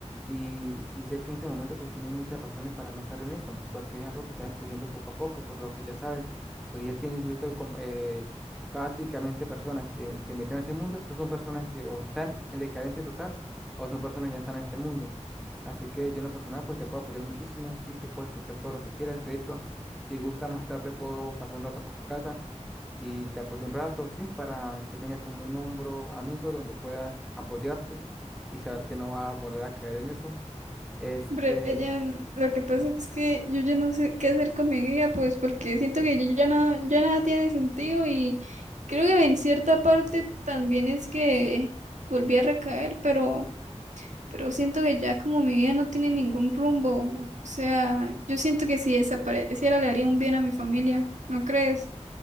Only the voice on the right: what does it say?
Brian, lo que pasa es que yo ya no sé qué hacer con mi vida, pues porque siento que yo ya nada, ya nada tiene sentido y creo que en cierta parte también es que volví a recaer, pero... pero siento que ya como mi vida no tiene ningún rumbo, o sea, yo siento que si desapareciera le haría un bien a mi familia, ¿no crees?